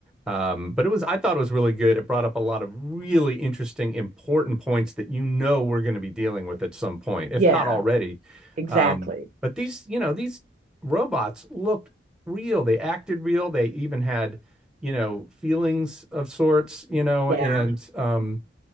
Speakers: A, in the centre; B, on the right.
A: um, but it was I thought it was really good. It brought up a lot of really interesting, important points that you know we're going to be dealing with at some point, if
B: yeah,
A: not already.
B: exactly.
A: Um, but these, you know, these robots looked real. They acted real. They even had, you know, feelings of sorts, you know,
B: Yeah,
A: and um,